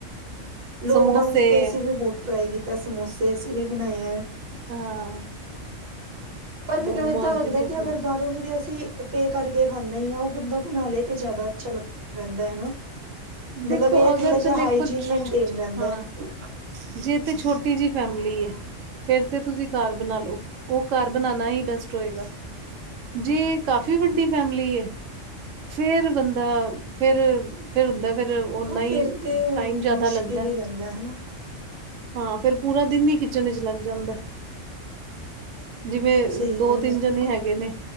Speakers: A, on the right (about 50°); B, on the right (about 75°).
A: ਲੋਕਡਾਊਨ
B: ਸਮੋਸੇ
A: ਚ ਤੇ ਅਸੀਂ ਵੀ ਬਹੁਤ ਟ੍ਰਾਈ ਕੀਤਾ। ਸਮੋਸੇ ਅਸੀਂ ਵੀ ਬਣਾਏ ਹੈ।
B: ਹਾਂ।
A: ਪਰ ਮੈਨੂੰ
B: ਮੋਮੋਸ
A: ਏਦਾਂ ਲੱਗਦਾ
B: ਦੀ ਚਟਨੀ
A: ਕਿ ਅਗਰ ਬਾਹਰੋਂ ਵੀ ਤਾਂ ਅਸੀਂ ਪੇ ਕਰਕੇ ਖਾਂਦੇ ਹੀ ਆ। ਉਹ ਬੰਦਾ ਬਣਾ ਲਏ ਤੇ ਜ਼ਿਆਦਾ ਅੱਛਾ ਲੱਗ ਰਹਿੰਦਾ ਐ ਹਨਾ ਮਤਲਬ
B: ਦੇਖੋ
A: ਇਹ
B: ਅਗਰ
A: ਥੋੜ੍ਹਾ ਜਿਹਾ
B: ਤੇ
A: ਹਾਈਜੀਨ
B: ਦੇਖੋ
A: ਮੇਨਟੇਨ ਰਹਿੰਦਾ
B: ਹਾਂ
A: ਐ।
B: ਜੇ ਤੇ ਛੋਟੀ ਜਿਹੀ ਫੈਮਲੀ ਹੈ। ਫਿਰ ਤੇ ਤੁਸੀਂ ਘਰ ਬਣਾ ਲਓ। ਉਹ ਘਰ ਬਣਾਉਣਾ ਹੀ ਬੈਸਟ ਹੋਏਗਾ। ਜੇ ਕਾਫ਼ੀ ਵੱਡੀ ਫੈਮਿਲੀ ਏ। ਫਿਰ ਬੰਦਾ ਫਿਰ ਫਿਰ ਹੁੰਦਾ ਐ ਫਿਰ ਓਨਾ
A: ਉਹ
B: ਹੀ
A: ਫਿਰ ਤੇ
B: ਟਾਈਮ ਜ਼ਿਆਦਾ
A: ਮੁਸ਼ਕਿਲ
B: ਲੱਗਦਾ ਐ।
A: ਹੀ ਰਹਿੰਦਾ ਹਨਾ
B: ਹਾਂ ਫਿਰ ਪੂਰਾ ਦਿਨ ਹੀ ਕਿਚਨ ਵਿਚ ਲੱਗ ਜਾਂਦਾ ਐ। ਜਿਵੇਂ
A: ਸਹੀ
B: ਦੋ-ਤਿੰਨ
A: ਗੱਲ ਹੈ
B: ਜਣੇ
A: ਬਿਲਕੁਲ
B: ਹੈਗੇ ਨੇ